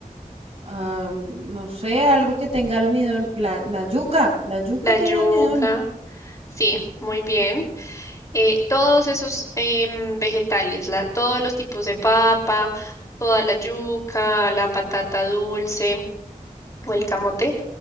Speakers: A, on the right; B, on the left.
A: ah, no sé, algo que tenga almidón, la, la yuca, la yuca
B: la
A: tiene
B: yuca,
A: almidón.
B: sí, muy bien. Eh, todos esos em, vegetales, la, todos los tipos de papa, toda la yuca, la patata dulce o el camote,